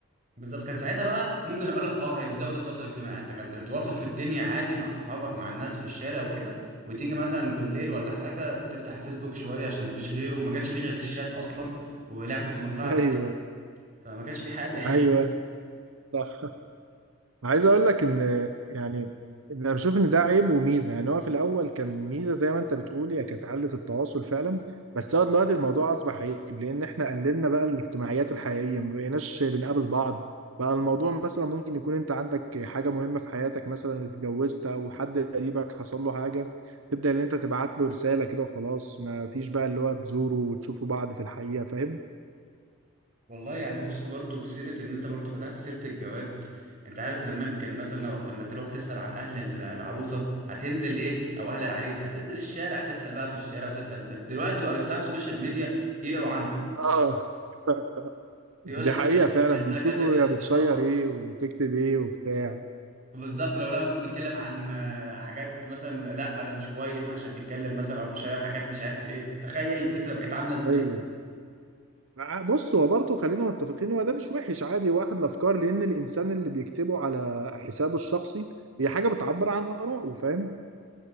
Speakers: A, on the right (about 35°); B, on the right (about 80°).
A: بالظبط كان ساعتها بقى ممكن اقول لك اه هي بتزود التواصل الاجتماعي انت كان بتتواصل في الدنيا عادي مع صحابك مع الناس في الشارع وكده وتيجي مثلا بالليل ولا حاجه تفتح الفيسبوك شويه عشان ما فيش غيره وما كانش في غير الشات اصلا ولعبه المزرعه السعيده
B: ايوه
A: فما كانش في حاجه <laughs>
B: ايوه
A: يعني
B: صح عايز اقول لك ان يعني انا بشوف ان ده عيب وميزه يعني هو في الاول كان ميزه زي ما انت بتقول هي كانت علة التواصل فعلا بس هو دلوقتي الموضوع اصبح عيب لان احنا قللنا بقى الاجتماعيات الحقيقيه ما بقيناش بنقابل بعض بقى الموضوع مثلا ممكن يكون انت عندك حاجه مهمه في حياتك مثلا اتجوزت او حد قريبك حصل له حاجه تبدا ان انت تبعت له رساله كده وخلاص ما فيش بقى اللي هو تزوره وتشوفوا بعض في الحقيقه فاهم
A: والله يعني بص برضو بسيرة ان انت برضو فتحت سيرة الجواز انت عارف زمان كان مثلا لو لما تروح تسأل عن اهل ال- العروسة هتنزل ايه او اهل العريس هتنزل الشارع تسأل بقى في الشارع وتسأل وده دلوقتي بقوا يفتحوا السوشيال ميديا يقروا عنه
B: اه <laughs>
A: يقول
B: دي
A: لك ده
B: حقيقه
A: شغال
B: فعلا
A: كذا
B: بيشوفوا
A: كذا كذا
B: يا بتشير
A: سنة اه
B: ايه وتكتب ايه وبتاع
A: بالظبط لو لا مثلا بيتكلم عن آه، حاجات مثلا لا ده مش كويس عشان بيتكلم مثلا او بيشير حاجات مش عارف ايه تخيل الفكرة بقت عاملة ازاي
B: ايوه مع- بص هو برضه خلينا متفقين هو ده مش وحش عادي واحد الافكار لان الانسان اللي بيكتبه على حسابه الشخصي هي حاجه بتعبر عن ارائه فاهم